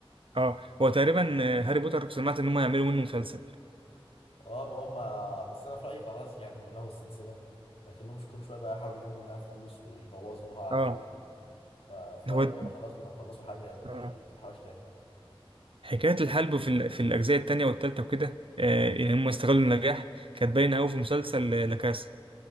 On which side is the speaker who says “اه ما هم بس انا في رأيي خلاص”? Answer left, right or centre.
Left